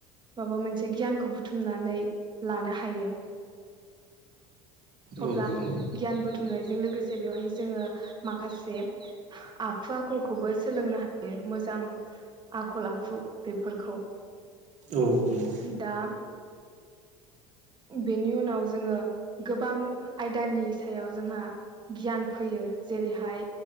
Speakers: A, on the right; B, on the right.
A: माबा मोनसे गियानखौ बुथुमनानै लानो हायो। अब्ला
B: औ नंगौ
A: गियान बुथुमनाय जा बेजों लोगोसे बेवहाय जोङो माखासे आखु आखलखौबो सोलोंनो हायो मोजां आखल आखु बेफोरखौ।
B: औ नंगौ
A: दा बेनि उनाव जोङो गोबां आयदानि सायाव जोंहा गियान फैयो जेरैहाय